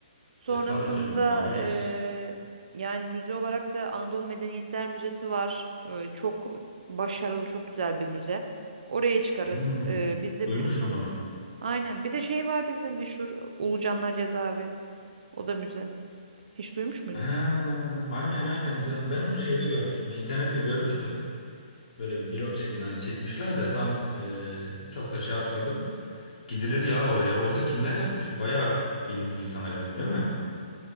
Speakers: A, on the right (about 65°); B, on the left (about 65°).
A: Sonrasında
B: E tabii canım buna uğrayacağız.
A: eee, yani müze olarak da Anadolu Medeniyetler Müzesi var. Eee, çok başarılı, çok güzel bir müze. Oraya çıkarız.
B: Hmm,
A: Eee bizde
B: duymuştum
A: biliyorsun.
B: onu.
A: Aynen. Bir de şey var bizde meşhur Ulucanlar Cezaevi. O da müze. Hiç duymuş muydun?
B: Ha, aynen aynen. Da- Ben onu şeyde görmüştüm. İnternette görmüştüm. Böyle bir vlog şeklinde hani çekmişler de tam e, çok da şey yapmadım. Gidilir ya oraya. Orada kimler yatmıştı? Bayağı bilindik insanlar yattı değil mi?